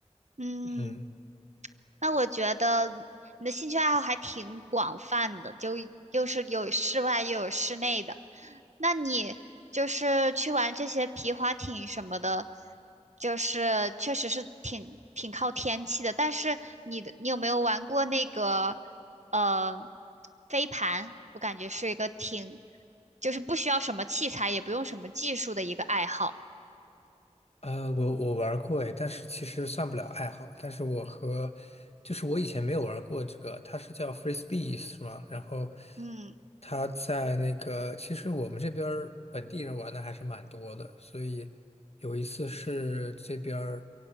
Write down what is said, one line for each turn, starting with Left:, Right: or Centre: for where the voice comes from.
Right: 嗯，
Left: 嗯。
Right: 那我觉得你的兴趣爱好还挺广泛的，就又是有室外又有室内的。那你就是去玩这些皮划艇什么的，就是确实是挺挺靠天气的。但是你的你有没有玩过那个呃飞盘？我感觉是一个挺就是不需要什么器材，也不用什么技术的一个爱好。
Left: 呃，我我玩过诶，但是其实算不了爱好。但是我和就是我以前没有玩过这个，它是叫 f r e s b e e 是吗？然后
Right: 嗯
Left: 他在那个，其实我们这边儿本地人玩的还是蛮多的。所以有一次是这边儿